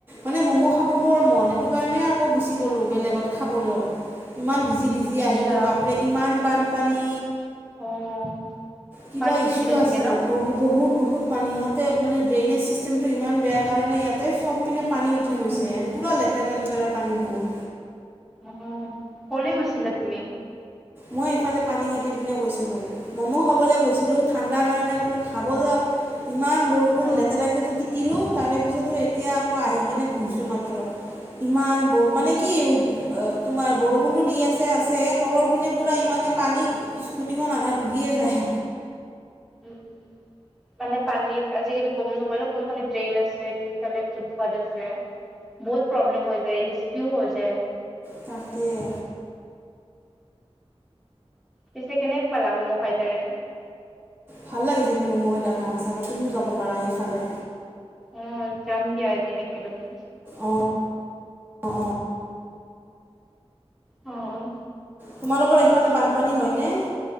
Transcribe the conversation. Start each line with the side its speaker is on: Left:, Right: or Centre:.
Right: মানে ম'ম' খাব মোৰ মন সেইটো কাৰণে আকৌ গুচি গ'লোঁ বেলেগত খাবলৈ। ইমান ভিজি-ভিজি
Centre: আচ্ছা
Right: আহিলোঁ বাপৰে ইমান বানপানী।
Centre: অ'।
Right: কিবা
Centre: পানী হৈছিলে
Right: ইছু
Centre: চাগে
Right: আছে
Centre: ন
Right: বহু বহুত-বহুত পানী ইহঁতে মানে ড্ৰেইনেজ ছিষ্টেমটো ইমান বেয়া কাৰণে ইয়াতে চব চব পিনে পানী উঠি
Centre: উম
Right: গৈছে,
Centre: উম
Right: পুৰা লেতেৰা-লেতেৰা পানীবোৰ।
Centre: অ' ক'লৈ গৈছিলা তুমি?
Right: মই এইফালে পানীখাইতিৰ পিনে গৈছিলোঁ। ম'ম' খাবলৈ গৈছিলোঁ ঠাণ্ডাৰ কাৰণে বোলো খাব যাওঁ ইমান বৰষুণ
Centre: অ
Right: লেতেৰাকেতো তিতিলোঁ, তাৰে পিছতো এতিয়া আকৌ আহি কিনে বহিছোঁ মাত্ৰ, ইমান বৰ মানে
Centre: আচ্ছা
Right: কি অ' তোমাৰ বৰষুণটো দি আছে-আছে তলৰ পিনে পুৰা ইমানে পানী স্কুটিখন আধা ডুবিয়ে যায়।
Centre: উম, মানে পানীত আজিকালি গম নাপাই ন' কোনফালে ড্ৰেইন আছে কোনফালে ফুটপাথ আছে। বহুত প্ৰব্লেম হৈ যায়, ৰিস্কিও হৈ যায়।
Right: তাকেই।
Centre: পিছে কেনে পালা ম'ম' খাই তাৰে?
Right: ভাল লাগিছে কিন্তু ম'ম'কেইটা খাই সঁচাকৈ তুমিও যাব পাৰা এইফালে?
Centre: অ', যাম দিয়া এদিন একেলগে।
Right: অ'-অ'-অ'
Centre: অ',
Right: তোমালোকৰ এইফালে বানপানী হয়নে?